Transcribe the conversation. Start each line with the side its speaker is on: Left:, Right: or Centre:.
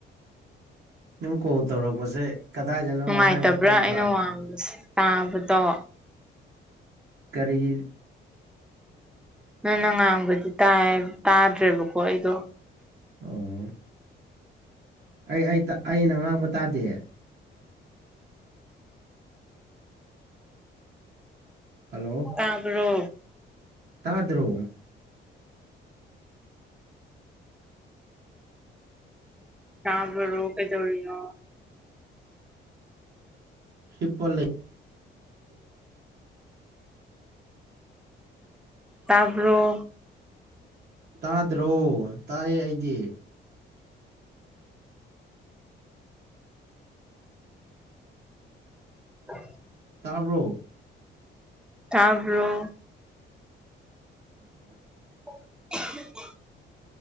Right: ꯅꯪ ꯀꯣꯜ ꯇꯧꯔꯛꯄꯁꯦ ꯀꯗꯥꯏꯗꯅꯣ
Centre: ꯅꯨꯡꯉꯥꯏꯇꯕ꯭ꯔꯥ
Right: ꯍꯥꯏꯕ꯭ꯔꯥ ꯈꯪꯕ꯭ꯔꯥ
Centre: ꯑꯩꯅ ꯋꯥꯡꯕꯁꯦ ꯇꯥꯕꯗꯣ
Right: ꯀꯔꯤꯒꯤ
Centre: ꯅꯪꯅ ꯉꯥꯡꯕꯗꯤ ꯇꯥꯏ ꯇꯥꯗ꯭ꯔꯦꯕꯀꯣ ꯑꯩꯗꯣ
Right: ꯑꯣ ꯑꯩ ꯑꯩꯅ ꯉꯥꯡꯕ ꯇꯥꯗꯦ ꯍꯜꯂꯣ
Centre: ꯇꯥꯒ꯭ꯔꯣ
Right: ꯇꯥꯗ꯭ꯔꯣ
Centre: ꯆꯕ꯭ꯔ ꯔꯣ ꯀꯩ ꯇꯧꯔꯤꯣ
Right: ꯍꯤꯄ ꯂꯩ
Centre: ꯇꯥꯕꯔꯣ
Right: ꯇꯥꯗ꯭ꯔꯣ ꯇꯥꯏꯌꯦ ꯑꯩꯗꯤ
Centre: <unintelligible>
Right: ꯇꯥꯕ꯭ꯔꯣ
Centre: ꯇꯕꯔꯣ
Right: <unintelligible>
Centre: <unintelligible>